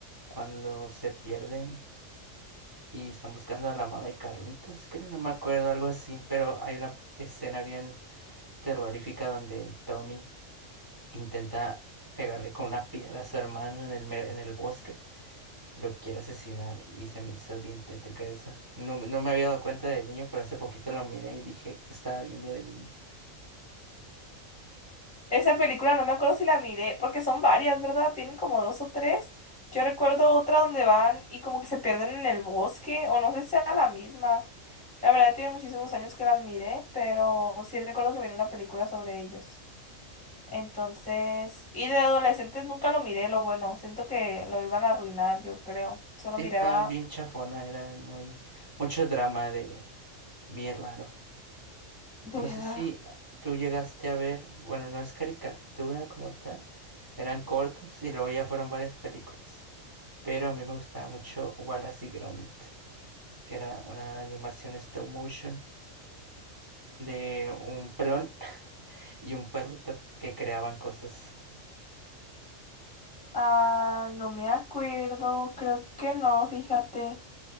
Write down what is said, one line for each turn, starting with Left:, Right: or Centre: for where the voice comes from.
Right: cuando se pierden. y están buscando a la mamá de Carlitos, creo, no me acuerdo, algo así, pero hay una escena bien terrorífica donde el Tommy intenta pegarle con una piedra a su hermano en el, me- en el bosque, lo quiere asesinar y se me hizo bien tétrica eso. No, no me había dado cuenta de niño, pero hace poquito lo miré y dije que estaba viendo de niño.
Centre: Esa película no me acuerdo si la miré, porque son varias, ¿verdad? Tienen como dos o tres. Yo recuerdo otra donde van y como que se pierden en el bosque, o no sé si sea la misma. La verdad, tiene muchísimos años que las miré, pero sí recuerdo que miré una película sobre ellos. Entonces, y de adolescentes nunca lo miré, lo bueno, siento que lo iban a arruinar, yo creo. Solo
Right: Sí,
Centre: miraba
Right: estaba bien chafona, era muy, mucho drama de bien raro.
Centre: de
Right: No sé
Centre: raro.
Right: si tú llegaste a ver, bueno, no es caricatura como tal, eran cortos y luego ya fueron varias películas, pero a mí me gustaba mucho Wallace y Gromit, que era una animación stop motion de un pelón <laughs> y un perrito que creaban cosas.
Centre: Ah, no me acuerdo, creo que no, fíjate.